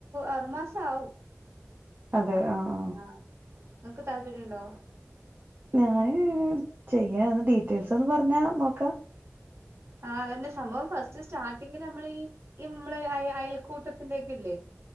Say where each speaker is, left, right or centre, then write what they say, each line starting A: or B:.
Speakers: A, on the right; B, on the right.
A: അറു മാസാവും
B: അതെ
A: അ
B: ആഹ് ആഹ്
A: അ ഇങ്ങക്ക് താല്പര്യം ഉണ്ടോ
B: ഞാന് ചെയ്യാന് ഡീറ്റെയിൽസ് ഒന്ന് പറഞ്ഞാ നോക്കാം
A: ആ അതെന്നെ സംഭവം ഫസ്റ്റ് സ്റ്റാർട്ടിംഗില് നമ്മള് ഈ ഇമ്മള് അ അയൽക്കൂട്ടത്തിന്റെ ഒക്കെ ഇല്ലേ